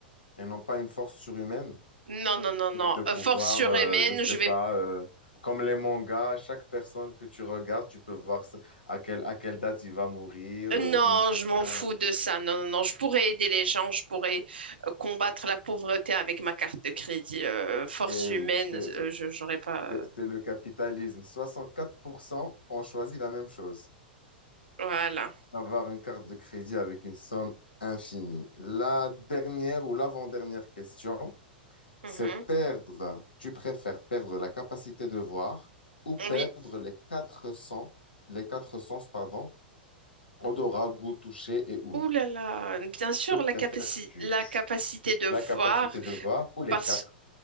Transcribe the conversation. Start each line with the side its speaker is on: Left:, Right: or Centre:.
Left: Et non pas une force surhumaine,
Right: Non, non, non,
Left: c'est
Right: non.
Left: de pouvoir,
Right: Euh, Force surhumaine,
Left: euh, je sais
Right: je
Left: pas,
Right: vais...
Left: euh, comme les mangas, chaque personne que tu regardes, tu peux voir ce- à quelle, à quelle date il va mourir,
Right: euh,
Left: euh,
Right: Non,
Left: d'où il
Right: je m'en
Left: vient.
Right: fous de ça. Non, non, non. Je pourrais aider les gens, je pourrais euh, combattre la pauvreté avec ma carte de crédit. Euh, force
Left: Et
Right: humaine,
Left: oui, c'est
Right: euh,
Left: c'est-
Right: je j'aurais pas...
Left: c'est-
Right: euh,
Left: c'est le capitalisme. soixante-quatre pour cent ont choisi la même chose.
Right: Voilà.
Left: Avoir une carte de crédit avec une somme infinie. La dernière ou l'avant-dernière question.
Right: Mhm.
Left: C'est perdre, tu préfères perdre la capacité de voir ou perdre
Right: Oui.
Left: les quatre sens, les quatre sens, pardon, odorat, goût, toucher et ouïe.
Right: Ouh là là. Bien sûr,
Left: Que préfères-tu?
Right: la capaci- la capacité de voir,
Left: La capacité de voir ou les
Right: parce
Left: quatre?